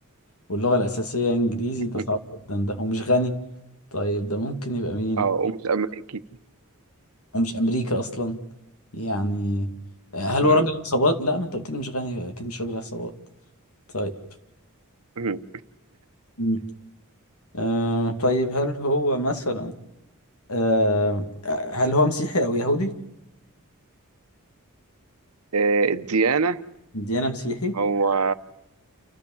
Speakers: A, on the left; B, on the right.
A: واللغة الأساسية إنجليزي
B: <laughs>
A: ده صعب جدا ده ومش غني طيب ده ممكن يبقى مين
B: اه ومش أمريكي
A: ومش امريكا اصلا يعني آه، هل
B: مم.
A: هو راجل عصابات لا ما انت قلت لي مش غني اكيد مش راجل عصابات طيب
B: مم.
A: مم. آه طيب هل هو مثلا آه هل هو مسيحي او يهودي
B: آه، الديانة
A: ديانة مسيحي
B: هو